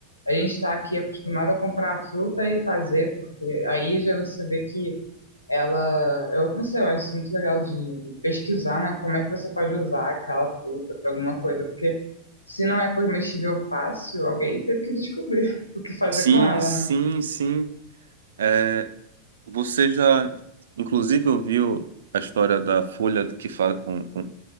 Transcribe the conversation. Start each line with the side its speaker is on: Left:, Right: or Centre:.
Left: a gente está aqui acostumado a comprar a fruta e fazer, porque aí já você vê que ela. Eu não sei, eu acho isso muito legal de de pesquisar, né, como é que você pode usar aquela fruta para alguma coisa, porque se não é comestível fácil, alguém teve que descobrir <laughs> o que fazer
Right: Sim,
Left: com ela,
Right: sim,
Left: né?
Right: sim. é, Você já, inclusive, ouviu a história da folha que fa com, com,